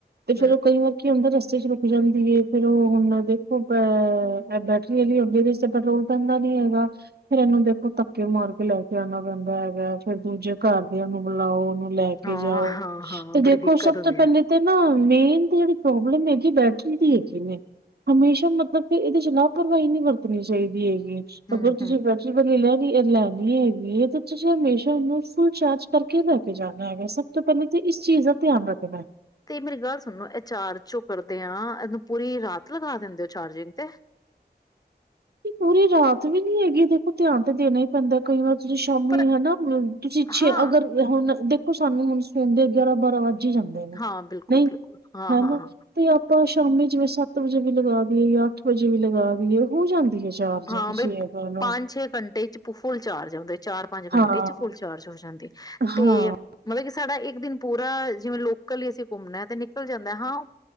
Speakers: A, on the right; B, on the left.
A: ਤੇ ਫੇਰ
B: ਹੂੰ
A: ਉਹ ਕਈ ਵਾਰੀ ਕੀ ਹੁੰਦਾ ਰਸਤੇ ਚ ਰੁਕ ਜਾਂਦੀ ਫੇਰ, ਹੁਣ ਦੇਖੋ ਅਹ ਬੈਟਰੀ ਵਾਲੀ ਅੱਗੇ ਦੇ ਤੇ ਪੈਟਰੋਲ ਪੈਂਦਾ ਨੀ ਹੈਗਾ, ਫੇਰ ਇਹਨੂੰ ਦੇਖੋ ਧੱਕੇ ਮਾਰ ਕੇ ਲੈ ਕੇ ਆਣਾ ਪੈਂਦਾ ਹੈਗਾ ਫੇਰ ਦੂਜੇ ਘਰਦਿਆਂ ਨੂੰ ਬੁਲਾਓ। ਨੂੰ ਲੈ
B: ਹਾਂ-ਹਾਂ-ਹਾਂ
A: ਕੇ ਜਾਓ। ਤੇ ਦੇਖੋ,
B: ਬੜੀ ਦਿੱਕਤ
A: ਸਭ
B: ਹੁੰਦੀ
A: ਤੋਂ ਪਹਿਲੇ
B: ਹੈ
A: ਤੇ ਨਾ ਮੇਨ ਜਿਹੜੀ ਪ੍ਰੋਬਲਮ ਹੈਗੀ ਬੈਟਰੀ ਦੀ ਹੈ। ਨੇ ਹਮੇਸ਼ਾ ਮਤਲਬ ਕਿ ਇਹਦੇ ਚ ਲਾਪਰਵਾਹੀ ਨੀ ਵਰਤੀ ਚਾਹੀਦੀ ਹੈਗੀ
B: ਹੂੰ-ਹੂੰ
A: ਅਗਰ ਤੁਸੀਂ ਬੈਟਰੀ ਲੈ, ਲੈਣੀ ਹੈਗੀ ਹੈ, ਤੇ ਤੁਸੀਂ ਹਮੇਸ਼ਾ ਇਹਨੂੰ ਫੁਲ ਚਾਰਜ ਕਰਕੇ ਲੈ ਕੇ ਜਾਣਾ। ਹੈਗਾ ਸਭ ਤੋਂ ਪਹਿਲਾਂ ਇਸ ਚੀਜ਼ ਦਾ ਧਿਆਨ ਰੱਖਣਾ।
B: ਤੇ ਮੇਰੀ ਗੱਲ ਸੁਣੋ ਇਹ ਚਾਰਜ ਚੋਂ ਕਰਦੇ ਆਾਂ ਇਹਨੂੰ ਪੂਰੀ ਰਾਤ ਲਗਾ ਦਿੰਦੇ ਹੋ ਚਾਰਜਿੰਗ ਤੇ
A: ਪੂਰੀ ਰਾਤ ਵੀ ਨੀ ਹੈਗੀ ਦੇਖੋ, ਧਿਆਨ ਤੇ ਦੇਣਾ ਹੀ ਪੈਂਦਾ ਕਈ ਵਾਰ ਤੁਸੀਂ ਸ਼ਾਮੀ
B: ਪਰ
A: ਹਨਾ ਤੁਸੀਂ ਛੇ
B: ਹਾਂ
A: ਅਗਰ ਹੁਣ ਸਾਮੀ ਹੁਣ ਸੋਂਦੇ ਗਿਆਰਾਂ ਬਾਰਾਂ ਵਜੇ ਝ ਜਾਂਦੇ ਨੇ
B: ਹਾਂ ਬਿਲਕੁਲ
A: ਨਹੀਂ
B: ਬਿਲਕੁਲ ਹਾਂ
A: ਹਨਾ
B: ਹਾਂ ਹਾਂ
A: ਤੇ ਆਪਾਂ ਸ਼ਾਮੀ ਜਿਵੇ, ਸੱਤ ਵਜੇ ਵੀ ਲਗਾ ਦੀਏ ਜਾਂ ਅੱਠ ਵਜੇ ਵੀ ਲਗਾ ਦੀਏ ਹੋ ਜਾਂਦੀ ਹੈ ਚਾਰਜ
B: ਹਾਂ
A: ਤੁਸੀਂ
B: ਬਈ
A: ਇਹ ਕਹਿ ਲਓ
B: ਪੰਜ ਛੇ ਘੰਟੇ ਚ ਫੁਲ ਚਾਰਜ ਆਉਦੇ ਚਾਰ ਪੰਜ ਘੰਟੇ
A: ਹਾਂ
B: ਚ ਫੁਲ ਚਾਰਜ ਹੋ ਜਾਂਦੀ। ਤੇ
A: ਹਾਂ
B: ਮਤਲਬ ਕਿ ਸਾਡਾ, ਇੱਕ ਦਿਨ ਪੂਰਾ ਜਿਵੇਂ ਲੋਕਲ ਅਸੀਂ ਘੁੰਮਣਾ ਹੈ, ਤੇ ਨਿਕਲ ਜਾਂਦਾ ਹੈ ਹਾਂ,